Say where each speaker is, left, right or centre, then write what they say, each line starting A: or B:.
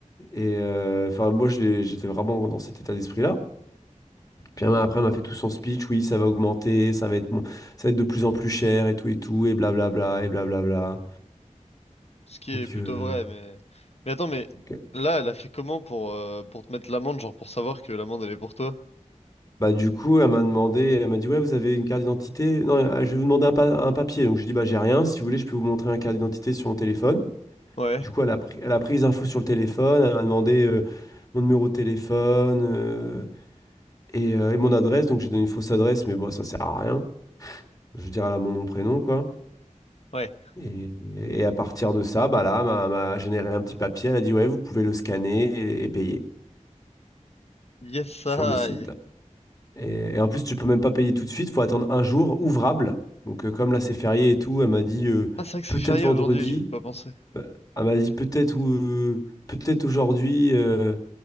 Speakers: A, on the left; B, on the left.
A: Et euh, enfin, moi, je l'ai- j'étais vraiment dans cet état d'esprit-là. Puis après, elle m'a fait tout son speech, oui, ça va augmenter, ça va être, mo- ça va être de plus en plus cher, et tout, et tout, et blablabla, et blablabla.
B: Ce qui est
A: Donc,
B: plutôt
A: euh,
B: vrai, mais... Mais attends, mais
A: ok.
B: là, elle a fait comment pour, euh, pour te mettre l'amende, genre pour savoir que l'amende, elle est pour toi?
A: Bah, du coup, elle m'a demandé, elle m'a dit, ouais, vous avez une carte d'identité? Non, euh, je vais vous demander un, pa- un papier. Donc, je lui dis, bah, j'ai rien, si vous voulez, je peux vous montrer un carte d'identité sur mon téléphone.
B: Ouais,
A: Du coup, elle a pris, elle a pris les infos sur le téléphone, elle m'a demandé euh, mon numéro de téléphone. euh, Et, euh, et mon adresse, donc j'ai donné une fausse adresse, mais bon, ça sert à rien. Je veux dire, elle a mon nom, prénom, quoi.
B: ouais.
A: Et, et à partir de ça, bah là, m'a m'a généré un petit papier. Elle a dit, ouais, vous pouvez le scanner et, et payer
B: Yes,
A: sur
B: I.
A: le site. Et, et en plus, tu peux même pas payer tout de suite, faut attendre un jour ouvrable. Donc, euh, comme là, c'est férié et tout, elle m'a dit, euh,
B: Ah, c'est vrai que
A: peut-être
B: c'est férié
A: vendredi.
B: aujourd'hui, j'ai pas pensé.
A: Euh, Elle m'a dit, peut-être ou peut-être aujourd'hui. euh,